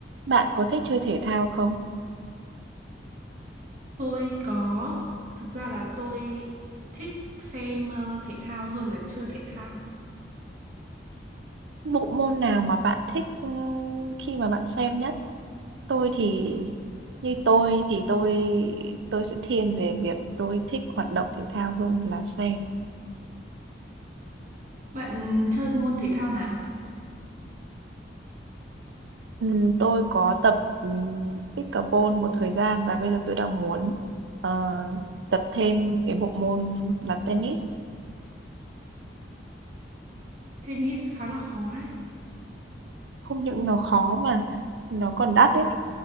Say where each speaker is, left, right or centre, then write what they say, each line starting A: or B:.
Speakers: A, on the right (about 85°); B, on the right (about 45°).
A: Bạn có thích chơi thể thao không?
B: Tôi có, thực ra là tôi thích xem ờ, thể thao hơn là chơi thể thao.
A: Bộ môn nào mà bạn thích, ưm, khi mà bạn xem nhất? Tôi thì như tôi thì tôi tôi sẽ thiên về việc tôi thích hoạt động thể thao hơn là xem.
B: Bạn chơi môn thể thao nào?
A: Ừm, tôi có tập, ừm, pickleball một thời gian và bây giờ tôi đang muốn, ờ, tập thêm cái bộ môn là tennis.
B: Tennis khá là khó đấy.
A: Không những nó khó mà nó còn đắt đấy.